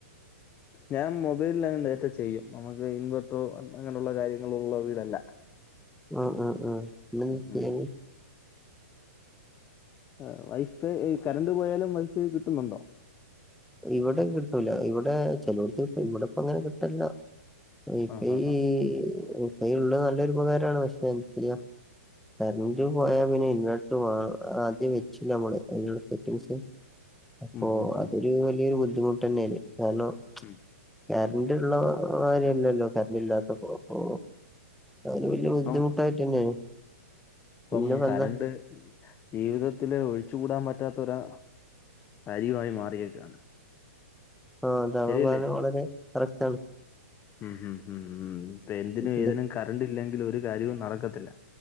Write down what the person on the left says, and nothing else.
ഞാൻ മൊബൈലിലായോണ്ട് ഡേറ്റ ചെയ്യും നമ്മക്ക് ഇൻവർ അപ്പോ അങ്ങനൊള്ള കാര്യങ്ങളൊളളരു ഇതല്ല
ഉം ആ വൈഫൈ കറണ്ട് പോയാലും വൈഫൈ കിട്ടുന്നുണ്ടോ
ആഹ് ആഹ്
ആഹ്
ഉം
ഉം
ഉം
ഉം
ഇപ്പം
ഇപ്പം
കറണ്ട്
ജീവിതത്തില് ഒഴിച്ചു കൂടാൻ പറ്റാത്തൊരാ ഭാരൃയുമായി മാറിയേക്കാണ്
ശരിയല്ലേ
ഉം ഉം ഉം ഉം ഇപ്പ എന്തിനും ഏതിനും
കറണ്ട് ഇല്ലെങ്കിലി ഒരു കാര്യവും നടക്കത്തില്ല